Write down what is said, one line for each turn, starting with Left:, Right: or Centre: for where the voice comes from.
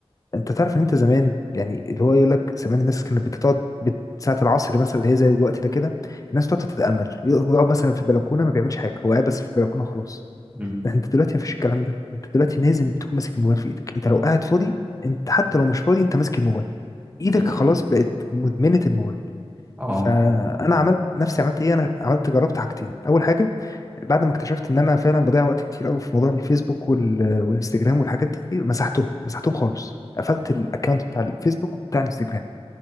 Left: انت تعرف ان انت زمان يعني اللي هو يقول لك زمان الناس كانت بتقعد بت- ساعة العصر مثلا اللي هي زي الوقت ده كده الناس تقعد تتأمل يقف- يقعد مثلا في البلكونة ما بيعملش حاجة هو قاعد بس في البلكونة وخلاص
Right: مم.
Left: لكن انت دلوقتي ما فيش الكلام ده انت دلوقتي لازم تكون ماسك الموبايل في ايدك انت لو قاعد فاضي انت حتى لو مش فاضي انت ماسك الموبايل ايدك
Right: مم.
Left: خلاص بقت مدمنة الموبايل
Right: اه
Left: فانا عملت نفسي عملت ايه انا عملت جربت حاجتين اول حاجة بعد ما اكتشفت ان انا فعلا بضيع وقت كتير قوي في موضوع الفيسبوك وال... والانستجرام والحاجات دي مسحتهم مسحتهم خالص قفلت الاكونت بتاع الفيسبوك وبتاع الانستجرام